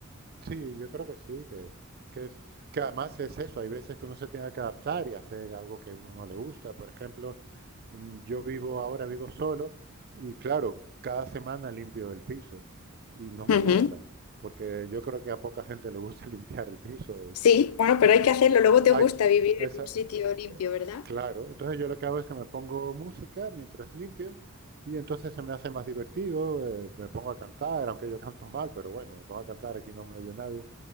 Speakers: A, on the right; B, on the left.
A: Sí, yo creo que sí, que, que es, que además es eso, hay veces que uno se tiene que adaptar y hacer algo que uno no le gusta. Por ejemplo, mm, yo vivo ahora, vivo solo y claro, cada semana limpio el piso y no me
B: Ujú.
A: gusta, porque yo creo que a poca gente le gusta <laughs> limpiar el piso.
B: Sí, bueno,
A: por-
B: pero hay que hacerlo. Luego te
A: ay,
B: gusta
A: que-
B: vivir
A: esa-
B: en un sitio
A: eh, eh,
B: limpio, ¿verdad?
A: claro, entonces yo lo que hago es que me pongo música mientras limpio y entonces se me hace más divertido, eh, me pongo a cantar, aunque yo canto mal, pero bueno, me pongo a cantar, aquí no me oye nadie